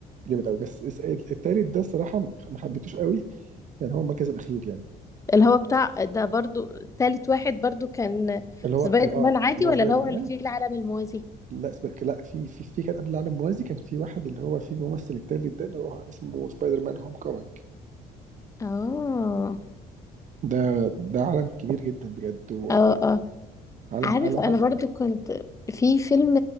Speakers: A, on the right; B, on the left.
A: جامد قوي بس الس- التالت ده الصراحه ما ما حبيتوش قوي يعني هو المركز الاخير يعني
B: اللي هو بتاع ده برضو تالت واحد برضو كان
A: اللي هو
B: سبايدر
A: اه
B: مان عادي
A: اللي
B: ولا
A: هو سبايدر
B: اللي هو
A: مان
B: اللي فيه العالم الموازي
A: لا سبايدر لا في في في كان قبل العالم موازي كان في واحد اللي هو في الممثل التالت ده اللي هو اسمه سبايدر مان هوم كومينج
B: اه
A: ده ده عالم كبير جدا بجد و-
B: اه اه
A: وعالم
B: عارف
A: على
B: انا برضو كنت في فيلم